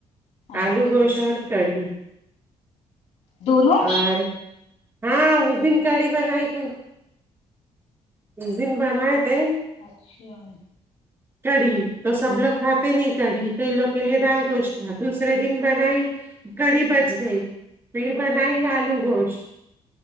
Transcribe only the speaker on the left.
اچھا
دونوں
اچھا